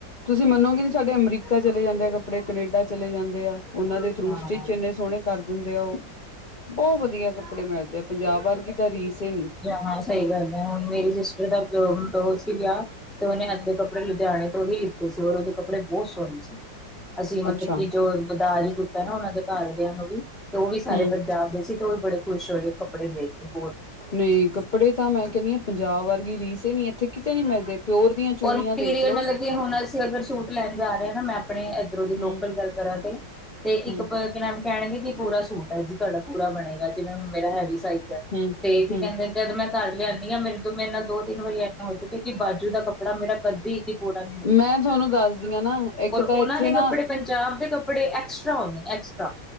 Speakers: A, on the left; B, in the centre.
A: ਤੁਸੀਂ ਮੰਨੋਗੇ ਨੀ ਸਾਡੇ ਅਮਰੀਕਾ ਚਲੇ ਜਾਂਦੇ ਆ ਕੱਪੜੇ ਕਨੇਡਾ ਚਲੇ ਜਾਂਦੇ ਆ ਉਹਨਾਂ ਦੇ ਥਰੂ
B: ਹਾਂ
A: ਸਟਿਚ ਇੰਨੇ ਸੋਹਣੇ ਕਰ ਦਿੰਦੇ ਆ ਉਹ ਬਹੁਤ ਵਧੀਆ ਕੱਪੜੇ ਮਿਲਦੇ ਆ ਪੰਜਾਬ ਵਰਗੀ ਤਾਂ ਰੀਸ ਈ ਨੀ
B: ਹਾਂ ਸਹੀ ਗੱਲ ਹੈ ਹੁਣ ਮੇਰੀ ਸਿਸਟਰ ਦਾ <unintelligible> ਸੀ ਗਿਆ ਤੇ ਉਹਨੇ ਅੱਧੇ ਕੱਪੜੇ ਕੱਪੜੇ ਲੁਧਿਆਣੇ ਤੋਂ ਹੀ ਲਿੱਤੇ ਸੀ ਉਹਦੇ ਕਪੜੇ ਬਹੁਤ ਸੋਹਣੇ ਸੀ। ਅਸੀਂ ਮਤਲਬ
A: ਅੱਛਾ
B: ਕਿ, ਜੋ ਬਦਾਜ ਕੁੱੜਤਾ ਨਾ ਉਹਨਾਂ ਦੇ ਘਰਦਿਆਂ ਨੂੰ ਤੇ ਉਹ ਵੀ ਸਾਰੇ
A: ਹਮ
B: ਪੰਜਾਬ ਦੇ ਸੀ। ਤੇ ਉਹ ਵੀ ਬੜੇ ਖੁਸ਼ ਹੋਏ ਕੱਪੜੇ ਦੇਖ ਕੇ, ਬੋਤ
A: ਨਹੀਂ, ਕੱਪੜੇ ਤਾਂ ਮੈਂ ਕਹਿੰਦੀ ਹਾਂ ਪੰਜਾਬ ਵਰਗੀ ਰੀਸ ਨੀ। ਇੱਥੇ ਕਿਤੇ ਨੀ ਮਿਲਦੇ ਪਿਓਰ ਦੀਆਂ ਚੁੰਨੀਆਂ
B: ਪਰ ਮਟੀਰੀਅਲ,
A: ਦੇਖਲੋ
B: ਮਤਲਬ ਹੁਣ ਅਸੀ ਅਗ ਸੂਟ ਲੈਣ ਜਾ ਰਹੇ ਹਾਂ। ਨਾ ਮੈਂ ਆਪਣੇ ਇਧਰੋਂ ਦੀ ਲੋਕਲ
A: ਹਮ
B: ਗੱਲ ਕਰਾਂ ਤੇ ਤੇ ਇੱਕ
A: ਹਮ
B: ਪਰਖ ਨਾਲ ਕਹਿਣਗੇ ਕਿ ਪੂਰਾ ਸੂਟ ਹੈ ਜੀ ਤੁਹਾਡਾ ਪੂਰਾ ਬਣੇਗਾ ਜਿਵੇਂ ਹੁਣ ਮੇਰਾ ਹੈਵੀ ਸਾਈਜ਼
A: ਹਮ
B: ਤੇ ਕੀ
A: ਹਮ
B: ਕਹਿੰਦੇ, ਜਦ ਮੈਂ ਘਰ ਲਿਆਦੀ ਹਾਂ, ਮੇਰੇ-ਮੇਰੇ ਨਾਲ ਦੋ-ਤਿੰਨ ਵਾਰੀ ਐਦਾ ਹੋ ਚੁੱਕਾ, ਕਿ ਬਾਜੂ ਦਾ ਕੱਪੜਾ ਕੱਪੜਾ ਮੇਰਾ ਕੱਦੀ ਵੀ ਪੂਰਾ ਨਹੀਂ ਹੁੰਦਾ,
A: ਮੈਂ ਤੁਹਾਨੂੰ ਦੱਸਦੀ ਹਾਂ ਨਾ ਇੱਕ
B: ਔਰ
A: ਤਾਂ
B: ਉਹਨਾਂ
A: ਇੱਥੇ
B: ਦੇ
A: ਨਾ
B: ਕੱਪੜੇ ਪ ਪੰਜਾਬ ਦੇ ਕੱਪੜੇ, ਐਕਸਟਰਾ ਹੁੰਦੇ ਨੇ ਐਕਸਟਰਾ